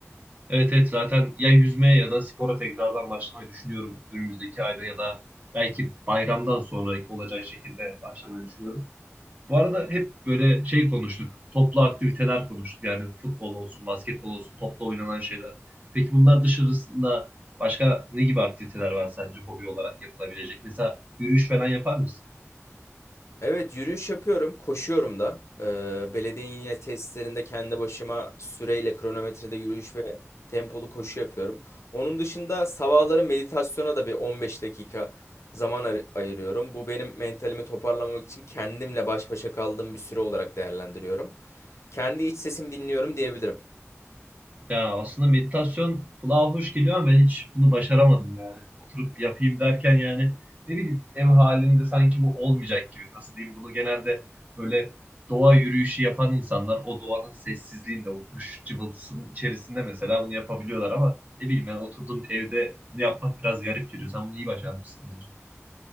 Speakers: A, on the right; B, on the left.
A: Evet evet zaten ya yüzmeye ya da spora tekrardan başlamayı düşünüyorum önümüzdeki ayda ya da belki bayramdan sonra olacak şekilde başlamayı düşünüyorum. Bu arada hep böyle şey konuştuk. Toplu aktiviteler konuştuk. Yani futbol olsun, basketbol olsun, toplu oynanan şeyler. Peki bunlar dışarısında başka ne gibi aktiviteler var sence hobi olarak yapılabilecek? Mesela yürüyüş falan yapar mısın?
B: Evet yürüyüş yapıyorum, koşuyorum da. Ee, belediyenin yine tesislerinde kendi başıma süreyle kronometrede yürüyüş ve tempolu koşu yapıyorum. Onun dışında sabahları meditasyona da bir 15 dakika zaman ay- ayırıyorum. Bu benim mentalimi toparlamak için kendimle baş başa kaldığım bir süre olarak değerlendiriyorum. Kendi iç sesimi dinliyorum diyebilirim.
A: Ya aslında meditasyon kulağa hoş geliyor ama ben hiç bunu başaramadım yani. Oturup yapayım derken yani ne bileyim ev halinde sanki bu olmayacak gibi. Nasıl diyeyim bunu genelde böyle doğa yürüyüşü yapan insanlar o doğanın sessizliğinde o kuş cıvıltısının içerisinde mesela bunu yapabiliyorlar ama ne bileyim ben oturduğum evde bunu yapmak biraz garip geliyor. Sen bunu iyi başarmışsın bence.